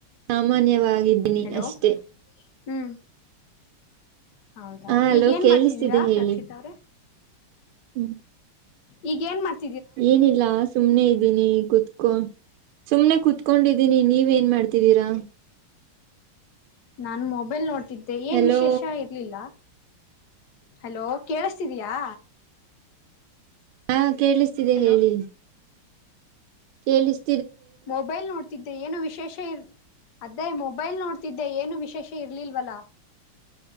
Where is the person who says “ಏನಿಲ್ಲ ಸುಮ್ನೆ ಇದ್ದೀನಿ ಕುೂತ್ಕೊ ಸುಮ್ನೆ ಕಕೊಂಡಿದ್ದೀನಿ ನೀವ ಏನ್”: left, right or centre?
Right